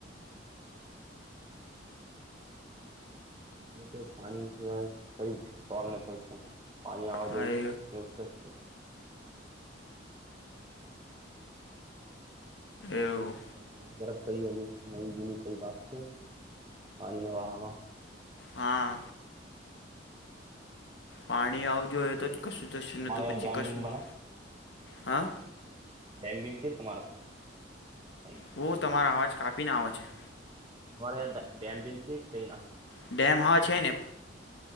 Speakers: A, on the right; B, on the left.
A: બ <unintelligible> મે તો પાણી સિવાય કઈ સોલ ન થી પાણી આવવા
B: હા
A: જોઈ
B: એ
A: કે,
B: એવું
A: તમારી તરફ? કઈ હવે નવી જુની કઈ વાત છે, પાણીના વાળામાં?
B: હા પાણી આવજો તો જ કશું થશે,
A: તમારે
B: નને તો પછી
A: યાર ડેમ
B: કશું
A: બીમ
B: ન, હા?
A: જેમ ભીમ છે તમારા <inaudible>
B: બહુ તમારા અવાજ કાપીને આવે છે.
A: તા ડેમ બીમ છે કઈ ના?
B: ડેમ હવા છે ને.